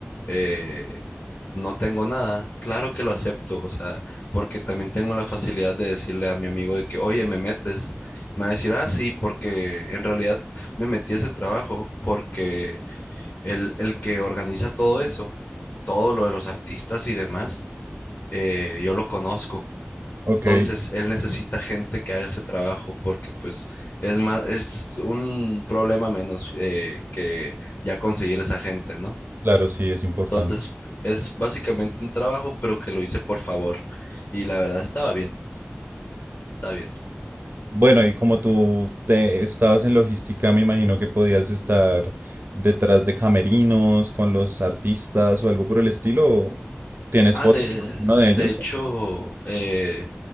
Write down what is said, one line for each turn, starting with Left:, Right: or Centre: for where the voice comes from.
Left: eh, no tengo nada, claro que lo acepto. O sea, porque también tengo la facilidad de decirle a mi amigo de que, oye, me metes. Me va a decir, ah, sí, porque en realidad me metí a ese trabajo porque el, el que organiza todo eso, todo lo de los artistas y demás, eh, yo lo conozco.
Right: Ok,
Left: Entonces, él necesita gente que haga ese trabajo porque pues es más, es un problema menos eh, que ya conseguir esa gente, ¿no?
Right: claro, sí, es importante.
Left: Entonces, es básicamente un trabajo, pero que lo hice por favor. Y la verdad estaba bien, está bien.
Right: Bueno, y como tú te estabas en logística, me imagino que podías estar detrás de camerinos con los artistas o algo por el estilo. ¿o ¿Tienes
Left: Ah,
Right: fotos
Left: de,
Right: Sí. uno de
Left: de
Right: ellos?
Left: hecho, eh,